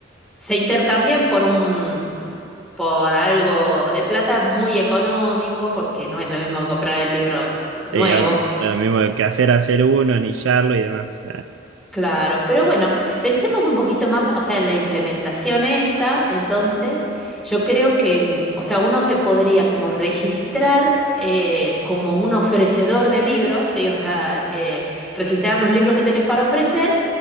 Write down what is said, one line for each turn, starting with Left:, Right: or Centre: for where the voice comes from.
Centre: se intercambian por un, por algo de plata muy económico, porque no es lo mismo que comprar el libro nuevo.
Right: Sí, obvio. No es lo mismo que hacer hacer uno, anillarlo y demás.
Centre: Claro, pero bueno, pensemos un poquito más, o sea, en la implementación esta, entonces, yo creo que, mm, o sea, uno se podría como registrar eh, como un ofrecedor de libros, ¿sí? O sea, eh, registrar los libros que tenés para ofrecer